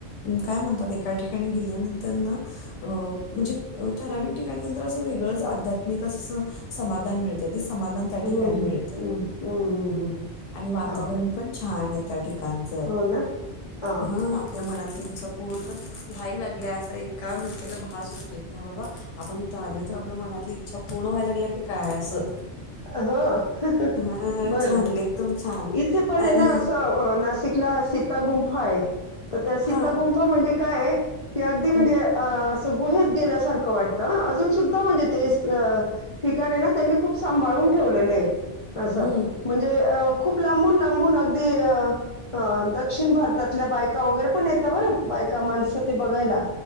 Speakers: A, on the left; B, on the left.
A: काय म्हणतात एका ठिकाणी गेल्यानंतर ना. अ म्हणजे
B: हं,
A: ठराविक ठिकाणी नंतर असं वेगळंच आध्यात्मिक अस समाधान मिळत. ते समाधान त्या
B: हं,
A: ठिकाणी मिळत
B: हं,
A: आहे
B: हं, हं, हं, हं.
A: आणि वातावरण
B: हां.
A: पण छान आहे. त्या ठिकाणच
B: हो ना? हां,
A: ह या मनातली
B: हां.
A: इच्छा पूर्ण व्हायला लागल्या असा एका मन्र्याला भास होतोय की हा बाबा. आपण इथं आलोय तर आपल्या मनातली इच्छा पूर्ण व्हायला लागल की काय असं.
B: हो
A: हां,
B: बर
A: छान. एकदम छान.
B: इथे पण आहे
A: आणि
B: ना अस नाशिक. तिकला सीता गुंफा आहे तर त्या सीता
A: हां.
B: गुंफा म्हणजे काय की अगदी म्हणजे.
A: हं,
B: अ असं गुहेत गेल्यासारखं वाटतं अजून सुद्धा म्हणजे ते ठिकाणी ना त्यांनी. खूप सांभाळून ठेवलेलं आहे असं.
A: हं.
B: म्हणजे अ खूप लांबून लांबून अगदी अ अं दक्षिण भारतातल्या बायका वगैरे पण येत बरं बायका माणसं ते बघायला.